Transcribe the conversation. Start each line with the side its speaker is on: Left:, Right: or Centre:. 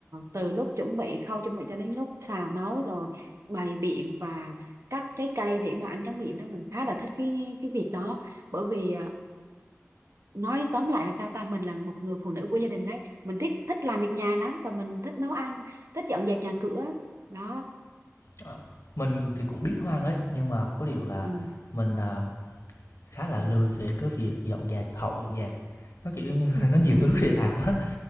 Right: từ lúc chuẩn bị khâu chuẩn bị cho đến lúc xào nấu rồi bày biện và cắt trái cây để mà ăn tráng miệng đó mình khá là thích cái cái việc đó bởi vì ờ, nói tóm lại là sao ta mình là một người phụ nữ của gia đình đấy mình thích thích làm việc nhà lắm và mình thích nấu ăn thích dọn dẹp nhà cửa đó
Left: Ờ, mình thì cũng biết nấu ăn đấy, nhưng mà có điều là
Right: ừ.
Left: mình, à, khá là lười về cái việc dọn dẹp, hậu dọn dẹp. Nó, kiểu như, <laughs>
Right: <laughs>
Left: nó nhiều thứ để làm quá,